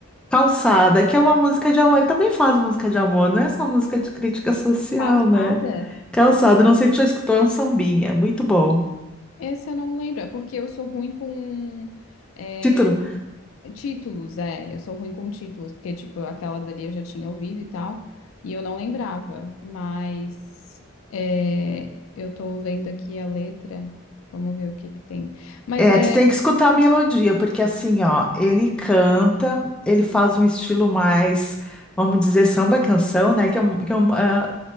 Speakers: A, in the centre; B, on the left.
A: Calçada, que é uma música de amor. Ele também faz música de amor, não é só música de crítica social,
B: Calçada?
A: né? Calçada,
B: Calçada?
A: não sei se tu já escutou, é um sambinha, é muito bom.
B: Esse eu não lembro, é porque eu sou ruim com é,
A: título
B: Títulos, é, eu sou ruim com títulos, porque, tipo, aquela dali eu já tinha ouvido e tal, e eu não lembrava, mas é, eu tô vendo aqui a letra, vamos ver o que que tem. Mas
A: É,
B: é.
A: tu tem que escutar a melodia, porque assim, ó, ele canta, ele faz um estilo mais, vamos dizer, samba canção, né? Que é, um- que é um, ah,